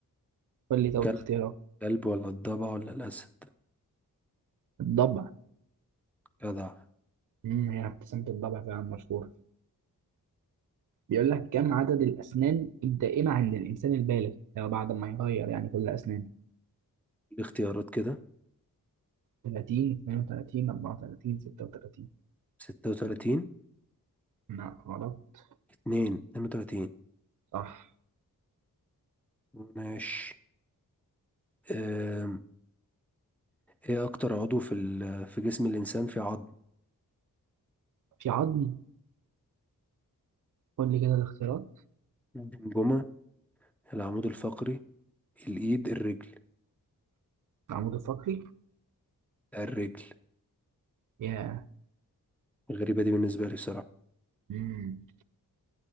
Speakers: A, on the right; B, in the centre.
A: قول لي طب
B: كلب
A: اختيارات
B: كلب ولا الضبع ولا الأسد
A: الضبع
B: جدع
A: امم هي ابتسامة الضبع فعلا مشهورة بيقول لك كم عدد الأسنان الدائمة عند الإنسان البالغ يعني بعد ما يغير يعني كل أسنانه
B: الاختيارات كده
A: 30 32 34 36
B: ستة وتلاتين
A: لا غلط
B: اتنين اتنين وتلاتين
A: صح
B: ماشي أم. ايه اكتر عضو في ال... في جسم الانسان في عظم
A: في عظم قول لي كده الاختيارات
B: الجمجمة العمود الفقري الايد الرجل
A: العمود الفقري
B: الرجل
A: يا
B: غريبة دي بالنسبة لي بصراحة
A: امم